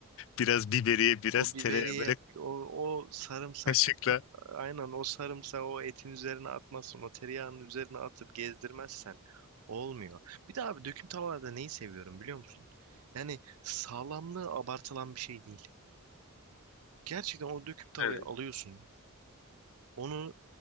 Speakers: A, on the left (about 60°); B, on the right (about 75°).
A: Biraz biberiye, biraz
B: O biberiye,
A: tereyağı böyle
B: o, o sarımsak,
A: kaşıkla.
B: ta- aynen o sarımsağı o etin üzerine atmazsan, o tereyağının üzerine atıp gezdirmezsen olmuyor. Bir de abi döküm tavada neyi seviyorum biliyor musun? Yani sağlamlığı abartılan bir şey değil. Gerçekten o döküm tavayı
A: Evet.
B: alıyorsun, onu